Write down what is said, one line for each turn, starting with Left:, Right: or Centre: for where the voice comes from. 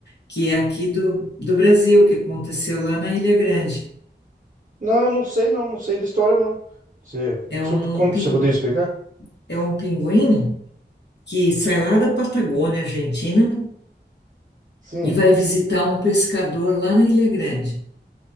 Left: que é aqui do, do Brasil, que aconteceu lá na Ilha Grande.
Right: Não, não sei não, não sei da história não. Você,
Left: É
Right: sobre-
Left: um,
Right: como
Left: pin,
Right: você poderia explicar?
Left: é um pinguim que sai lá da Patagônia, Argentina,
Right: Sim.
Left: e vai visitar um pescador lá na Ilha Grande.